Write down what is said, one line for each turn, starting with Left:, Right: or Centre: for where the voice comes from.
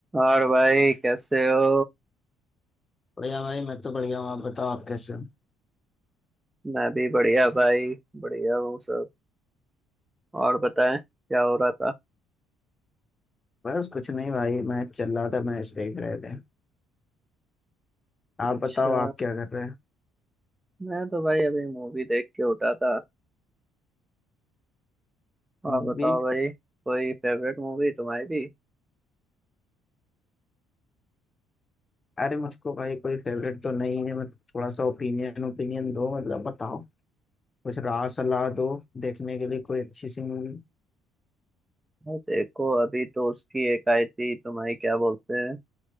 Right: और भाई कैसे हो
Left: बढ़िया भाई मैं तो बढ़िया हूँ आप बताओ आप कैसे हो
Right: मैं भी बढ़िया भाई बढ़िया हूँ सब और बताएं क्या हो रहा था
Left: बस कुछ नहीं भाई मैं चल रहा था मैच देख रहे थे
Right: अच्छा
Left: आप बताओ आप क्या कर रहे हैं
Right: मैं तो भाई अभी मूवी देख के उठा था और
Left: मूवी
Right: बताओ भाई कोई फेवरेट मूवी तुम्हारी भी
Left: अरे मुझको भाई कोई फेवरेट तो नहीं है मैं थोड़ा सा ओपिनियन ओपिनियन दो मतलब बताओ कुछ राय सलाह दो देखने के लिए कोई अच्छी सी मूवी
Right: भाई देखो अभी तो उसकी एक आई थी तुम्हारी क्या बोलते हैं